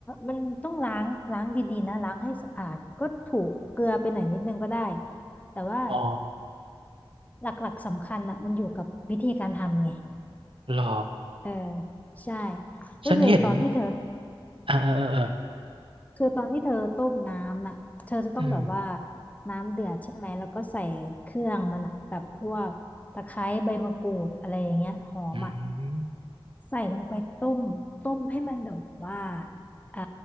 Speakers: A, on the left (about 15°); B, on the right (about 75°).
A: มันต้องล้างล้างดีๆนะล้างให้สะอาดก็ถูกเกลือไปหน่อยนิดนึงก็ได้แต่ว่า
B: อ๋อ
A: หลักๆสำคัญอะมันอยู่กับวิธีการทำไง
B: หรอ
A: เออใช่ก็คือตอนที่เธอ
B: ฉันเห็นเออเออเออเออ
A: คือตอนที่เธอต้มน้ำน่ะเธอจะต้องแบบว่า
B: อืม
A: น้ำเดือดใช่ไหมแล้วก็ใส่เครื่องมันอะแบบพวกตะไคร้ใบมะกรูดอะไรอย่างเงี้ยหอมอ่ะ
B: อืม
A: ใส่ลงไปต้มต้มให้มันแบบว่าอ่า